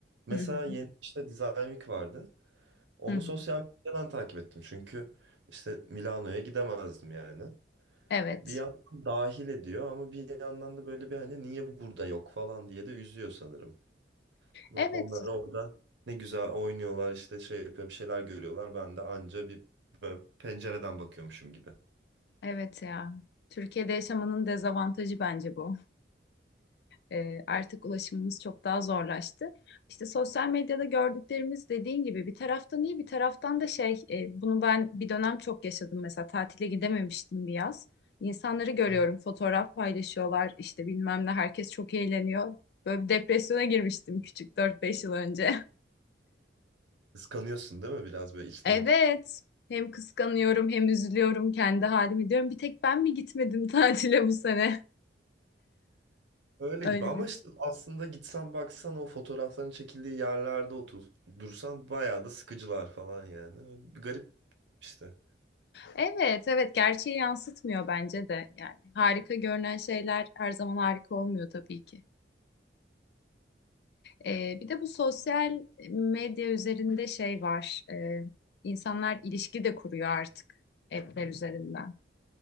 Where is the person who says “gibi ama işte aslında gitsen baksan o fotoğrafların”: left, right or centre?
Right